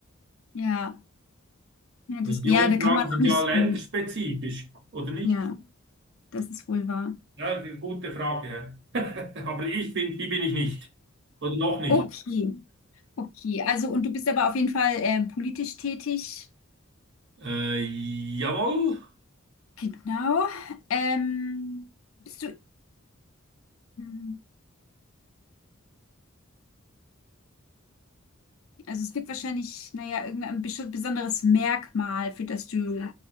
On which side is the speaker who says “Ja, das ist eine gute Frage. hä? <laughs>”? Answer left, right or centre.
Right